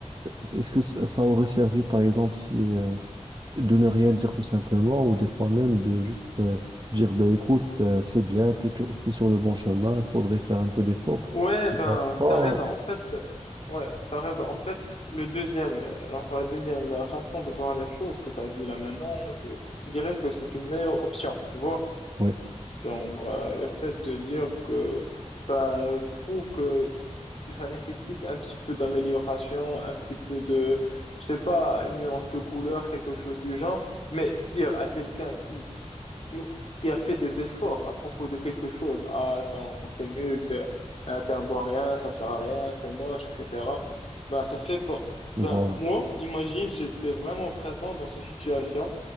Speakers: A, on the right (about 40°); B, on the left (about 60°).
A: est-ce que ça ça aurait servi, par exemple, si, euh, de ne rien dire tout simplement, ou des fois même de juste euh, dire, ben écoute, euh, c'est bien, t'es, pur- t'es sur le bon chemin, faudrait faire un peu d'effort.
B: Ouais,
A: Tu
B: ben,
A: vas pas.
B: t'as raison. En fait, euh, ouais, t'as raison. En fait, le deuxième, euh, alors, la deuxième euh, façon de voir les choses que t'as dit là maintenant, je dirais que c'est une meilleure option, tu vois?
A: Oui,
B: Genre, euh, le fait de dire que, ben, je trouve que ça nécessite un petit peu d'amélioration, un petit peu de, je sais pas, une nuance de couleur, quelque chose du genre. Mais dire à quelqu'un qui im- qui a fait des efforts à propos de quelque chose. Ah, t'es en- t'es nul, t'es euh, t'es un bon à rien, ça sert à rien, c'est moche, etc. Ben, ça se fait pas.
A: voilà.
B: Ben, moi, imagine, j'étais vraiment présent dans une situation